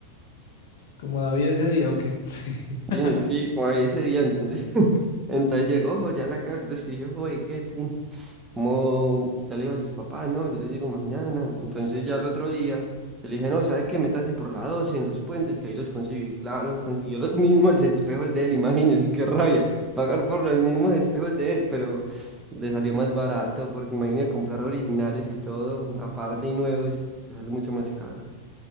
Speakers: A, on the left; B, on the right.
A: Como David ese día, ¿o qué? <laughs>
B: Sí, sí, como ese día, entonces, <laughs> entonces llegó jo, ya a la casa, yo le escribí, oye, ¿qué, tin? Como, ya le digo a sus papás, no, yo les digo mañana, entonces ya el otro día, yo le dije, no, ¿sabes qué? Métase por la 12 en los puentes, que ahí los consigue, y claro, consiguió los <laughs> mismos espejos de él, imagínense, qué rabia, pagar por los mismos espejos de él, pero <sniffs> le salió más barato, porque imagínate comprar originales y todo, aparte y nuevos, le sale mucho más caro,